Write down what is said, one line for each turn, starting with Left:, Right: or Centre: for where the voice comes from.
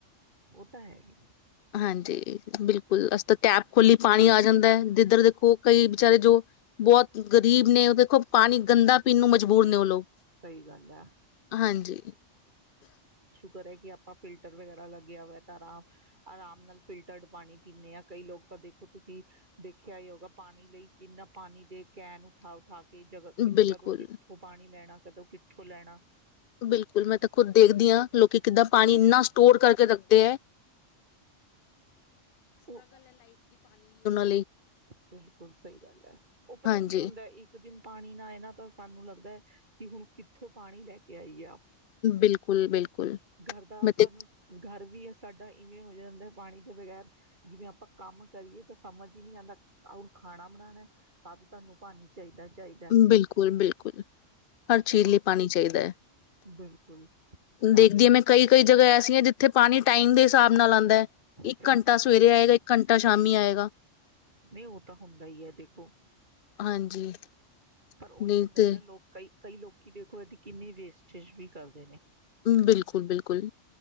Right: ਉਹ ਤਾਂ ਹੈ ਹੀ
Left: ਹਾਂਜੀ ਬਿਲਕੁਲ ਤਾਂ ਟੈਪ ਖੋਲੀ ਪਾਣੀ ਆ ਜਾਂਦਾ ਹੈ, ਜਿੱਧਰ ਦੇਖੋ ਕਈ ਵਿਚਾਰੇ ਜੋ ਬਹੁਤ ਗ਼ਰੀਬ ਨੇ ਉਹ ਦੇਖੋ ਪਾਣੀ ਗੰਦਾ ਪੀਣ ਨੂੰ ਮਜਬੂਰ ਨੇ ਉਹ ਲੋਕ,
Right: ਸਹੀ ਗੱਲ ਹੈ
Left: ਹਾਂਜੀ
Right: ਕਰੇ ਕਿ ਆਪਾਂ ਫਿਲਟਰ ਵਗੈਰਾ ਲੱਗਿਆ ਹੋਵੇ ਤਾਂ ਆਰਾਮ ਆਰਾਮ ਨਾਲ ਫਿਲਟਰਡ ਪਾਣੀ ਪੀਂਦੇ ਹਾਂ ਕਈ ਲੋਕ ਤਾਂ ਦੇਖੋ ਤੁਸੀਂ ਦੇਖਿਆ ਹੀ ਹੋਗਾ ਪਾਣੀ ਲਈ ਕਿੰਨਾ ਪਾਣੀ ਦੇ ਕੈਨ ਉਠਾ ਉਠਾ ਕੇ ਕੇ ਜਗ ਕਿ
Left: ਬਿਲਕੁਲ
Right: ਕਦੋਂ ਕਿੱਥੋਂ ਪਾਣੀ ਲੈਣਾ ਕਦੋਂ ਕਿੱਥੋਂ ਲੈਣਾ
Left: ਬਿਲਕੁਲ, ਮੈਂ ਤਾਂ ਖੁਦ ਦੇਖਦੀ ਹਾਂ ਲੋਕੀ ਕਿੱਦਾਂ ਪਾਣੀ ਇੰਨਾ ਸਟੋਰ ਕਰ ਕੇ ਰੱਖਦੇ ਐ <inaudible>
Right: ਓ
Left: ਲਈ
Right: ਬਿਲਕੁੱਲ ਸਹੀ ਗੱਲ ਐ ਓ ਪਤਾ
Left: ਹਾਂਜੀ
Right: ਕੀ ਹੁੰਦਾ ਇੱਕ ਦਿਨ ਪਾਣੀ ਨਾ ਆਏ ਨਾ ਤਾਂ ਸਾਨੂੰ ਲੱਗਦਾ ਐ ਕਿ ਹੁਣ ਕਿੱਥੋਂ ਪਾਣੀ ਲੈ ਕੇ ਆਈਏ
Left: ਬਿਲਕੁਲ ਬਿਲਕੁਲ
Right: ਘਰ ਦਾ ਆਪਾਂ
Left: ਮੈਂ ਤੇ
Right: ਨੂੰ ਘਰ ਵੀ ਸਾਡਾ ਇਵੇਂ ਹੋ ਜਾਂਦਾ ਐ ਪਾਣੀ ਤੋਂ ਬਗੈਰ ਜਿਵੇਂ ਆਪਾਂ ਕੰਮ ਕਰੀਏ ਤਾਂ ਸਮਝ ਈ ਨੀ ਆਉਂਦਾ <unintelligible> ਖਾਣਾ ਬਣਾਉਣਾ ਤਾਂ ਵੀ ਤੁਹਾਨੂੰ ਪਾਣੀ ਚਾਹੀਦਾ ਚਾਹੀਦਾ
Left: ਬਿਲਕੁੱਲ ਬਿਲਕੁੱਲ ਹਰ ਚੀਜ਼
Right: ਔਰ
Left: ਲਈ ਪਾਣੀ ਚਾਹੀਦਾ ਐ
Right: ਬਿਲਕੁਲ ਤਾਂ
Left: ਦੇਖਦੀ ਆ ਮੈਂ ਕਈ-ਕਈ ਜਗ੍ਹਾ ਐਸੀਆਂ ਜਿੱਥੇ ਪਾਣੀ ਟਾਈਮ ਦੇ ਹਿਸਾਬ ਨਾਲ ਆਂਦਾ ਇੱਕ
Right: ਸਹੀ
Left: ਘੰਟਾ ਸਵੇਰੇ ਆਏਗਾ ਇੱਕ ਘੰਟਾ ਸ਼ਾਮੀ ਆਏਗਾ
Right: ਨਹੀਂ ਓ ਤਾਂ ਹੁੰਦਾ ਹੀ ਆ ਦੇਖੋ
Left: ਹਾਂਜੀ
Right: ਪਰ ਓਹੀ
Left: ਨਹੀਂ
Right: ਹੁੰਦਾ
Left: ਤੇ
Right: ਐ ਨਾ ਲੋਕ ਕਈ ਲੋਕੀ ਦੇਖੋ ਇਹਦੀ ਕਿੰਨੀ ਵੇਸਟੇਜ ਵੀ ਕਰਦੇ ਨੇ
Left: ਬਿਲਕੁੱਲ ਬਿਲਕੁੱਲ